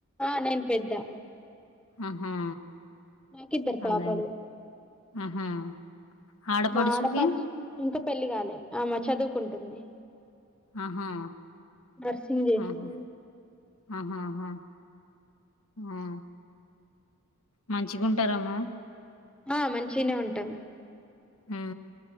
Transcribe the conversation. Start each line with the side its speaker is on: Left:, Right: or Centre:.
Centre: ఆ నేను పెద్ద
Left: ఆహా
Centre: నాకు ఇద్దరు
Left: అదే
Centre: పాపలు
Left: ఆహా ఆడపడచుకి
Centre: మా ఆడపడుచు ఇంకా పెళ్లి కాలే ఆమె చదువుకుంటుంది
Left: ఆహా!
Centre: నర్సింగ్ చేస్తుంది
Left: ఆహా! ఆహాహా ఆ మంచిగా ఉంటారమ్మ
Centre: ఆ మంచిగనే ఉంటాం
Left: హు